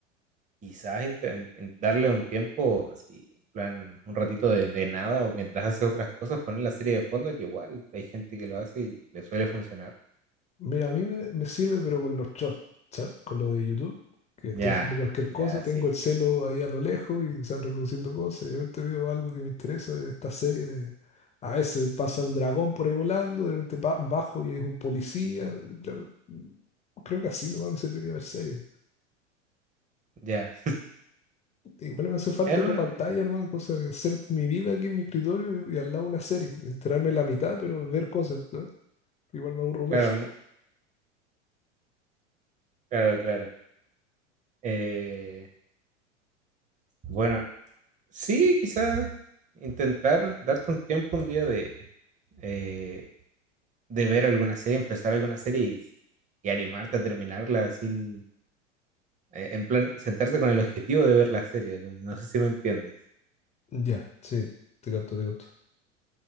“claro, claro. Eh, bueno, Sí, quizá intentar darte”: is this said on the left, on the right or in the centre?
Right